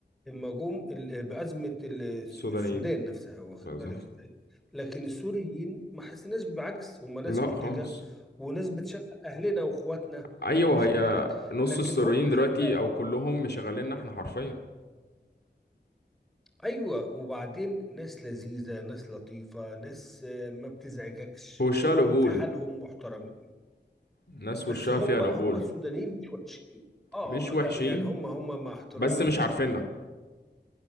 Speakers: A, in the centre; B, on the left.
A: المجوم ال- بأزمة ال- الس-
B: السودانيين
A: السودان نفسها واخد
B: بالظبط
A: بالك ازاي لكن السوريين ما حسيناش بعكس هم ناس
B: لا
A: منتجة
B: خالص
A: وناس بتشغل أهلنا وإخواتنا
B: ايوه
A: واخد
B: هي
A: بالك
B: نص
A: لكن
B: السوريين
A: هم
B: دلوقتي
A: حتى
B: او كلهم مشغليننا احنا حرفيا
A: أيوة وبعدين ناس لذيذة ناس لطيفة ناس آه، ما بتزعجكش
B: هو وشها
A: آه،
B: القبول
A: في حالهم محترمين
B: ناس
A: بس
B: وشها
A: هم
B: فيها القبول
A: هم السودانيين مش وحشين اه
B: مش وحشين
A: لا يعني هم هم مع احترامي
B: بس مش
A: لهم
B: عارفيننا